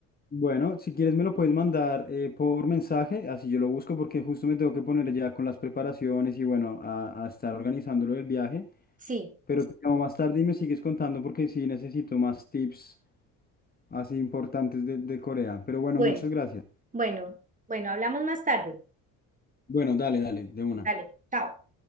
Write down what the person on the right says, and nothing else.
Sí,
bueno,
bueno, bueno, hablamos más tarde.
Dale, chao.